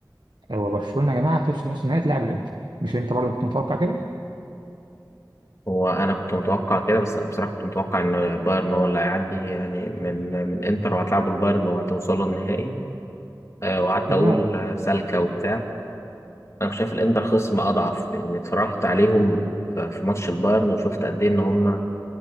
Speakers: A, on the right; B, on the left.
A: هو برشلونه يا جماعه توصل نص نهائي تلعب الانتر مش انت برضه كنت متوقع كده؟
B: هو أنا كنت متوقع كده بس بصراحة كنت متوقع إن بايرن هو اللي هيعدي يعني من من إنتر وهتلعبوا البايرن وهتوصلوا النهائي آه، وقعدت
A: لا
B: أقول
A: لا
B: آه، سالكة وبتاع أنا شايف الإنتر خصم أضعف لأن اتفرجت عليهم ف- في ماتش البايرن وشفت قد إيه إن هم